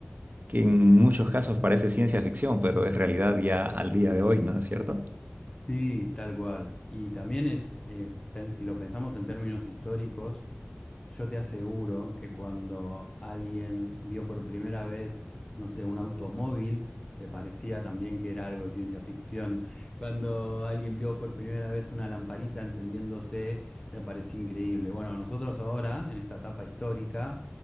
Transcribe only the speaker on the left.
Sí, tal cual. Y también es, es, pen- si lo pensamos en términos históricos, yo te aseguro que cuando alguien vio por primera vez, no sé, un automóvil, le parecía también que era algo de ciencia ficción. Cuando alguien vio por primera vez una lamparita encendiéndose, le pareció increíble. Bueno, nosotros ahora, en esta etapa histórica,